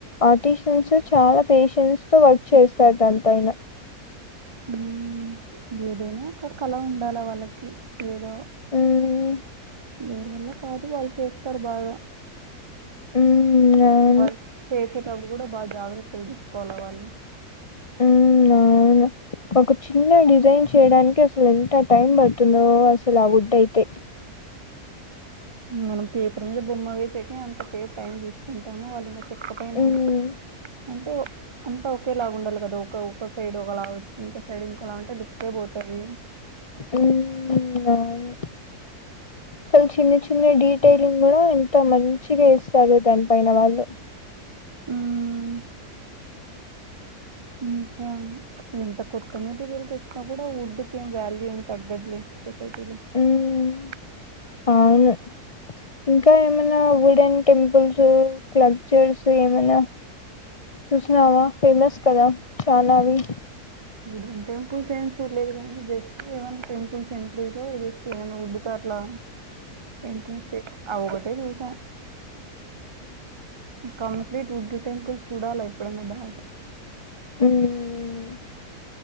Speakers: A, on the left; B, on the right.
A: ఆర్టిషన్స్ చాలా పేషన్స్ తో వర్క్ చేస్తారు దాని పైన
B: హ్మ్. ఏదైనా ఒక కళ ఉండాలవాళ్ళకి ఏదో
A: హ్మ్.
B: దేనివల్ల కాదు వాళ్ళు చేస్తారు బాగా
A: హ్మ్. అవును.
B: మరి చేసేటప్పుడు కూడా బాగా జాగ్రత్తలు తీసుకోవాల వాళ్ళు
A: అవునా ఒక చిన్న డిజైన్ చేయడానికి అ అసలు ఎంత టైమ్ బడుతుందో అసలు ఆ ఉద్ద అయితే
B: మనం పేపర్ మీద బొమ్మ వేసేకే అంతసేపు టైం తీసుకుంటాము వాళ్ళ ఎక్కపోనా
A: హ్మ్.
B: అంటే అంతా ఒకే లాగుండల గదా ఒక ఒక సైడ్ ఒకలాగా వచ్చి ఇంకో సైడ్ ఇంకోలా అంటే దుక్కే పోతా అ
A: ఉమ్ అవును చలు చిన్న చిన్న డేట్ టైలింగ్ గూడా ఎంత మంచిగా ఇస్తారు దాని పైన వాళ్ళు
B: ఉమ్ ఉ ఇంకావు ఇంత కొత్త మెటీరియల్ వచ్చినా కూడా వుడ్ క ఏం వాల్యూ ఏమి తగ్గదులే సొసైటీలో ఆ
A: హ్మ్. అవును. ఇంకా ఏమైనా ఉడెన్ టెంపుల్స్ క్లబ్చర్స్ ఏమైనా చూసినావా ఫేమస్ కదా చానావి
B: గుడెన్ టెంపుల్స్ ఏమి చూడలేదు కానీ జస్ట్ ఏమైన్నా టెంపుల్ సెంటరీలో జస్ట్ ఏమైన్నా ఉడ్డుతో అట్లా ఇంట్రె చే అ ఒకటే చూసా కంప్లీట్ ఉడ్డు టెంపుల్ చూడాలా ఎప్పుడన్నా బాగా
A: ఉమ్